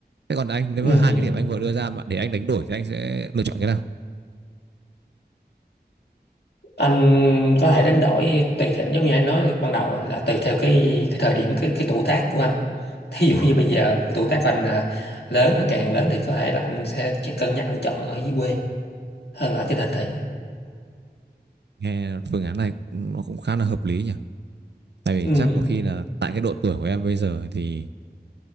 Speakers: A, on the right (about 85°); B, on the left (about 75°).
A: thế còn anh nếu
B: Ừ.
A: mà hai cái điểm anh vừa đưa ra mà để anh đánh đổi thì anh sẽ lựa chọn cái nào
B: anh có thể đánh đổi tùy theo giống như anh nói ban đầu á, là tùy theo cái cái thời điểm cái cái tuổi tác của anh thí dụ như bây giờ cái tuổi tác của anh là lớn là càng lớn thì có thể là anh sẽ chỉ cân nhắc anh chọn ở dưới quê hơn là ở trên thành thị
A: nghe phương án này cũng- nó cũng khá là hợp lý nhỉ tại vì
B: ừ
A: chắc có khi là tại cái độ tuổi của em bây giờ thì